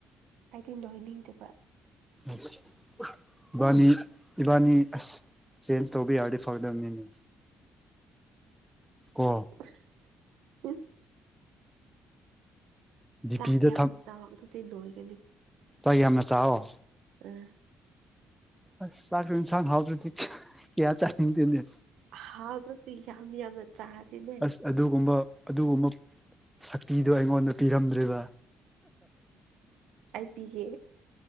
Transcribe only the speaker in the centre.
ꯑꯁ ꯏꯕꯥꯅꯤ ꯏꯕꯥꯅꯤ ꯑꯁ ꯆꯦꯟꯖ ꯇꯧꯕꯥ ꯌꯥꯔꯗꯤ ꯐꯒꯗꯕꯅꯤꯅꯦ ꯀꯣ꯫
ꯗꯤꯄꯤꯗ
ꯊꯝ
ꯆꯥꯛ ꯌꯥꯝꯅ ꯆꯥꯎꯋ‌ꯣ
ꯑꯁ ꯆꯥꯛꯁꯨ ꯏꯟꯁꯥꯡ ꯍꯥꯎꯗ꯭ꯔꯗꯤ ꯀꯌꯥ ꯆꯥꯅꯤꯡꯗꯦꯅꯦ
ꯑꯁ ꯑꯗꯨꯒꯨꯝꯕ ꯑꯗꯨꯒꯨꯝꯕ ꯁꯛꯇꯤꯗꯣ ꯑꯩꯉꯣꯟꯗ ꯄꯤꯔꯝꯗ꯭ꯔꯦꯕ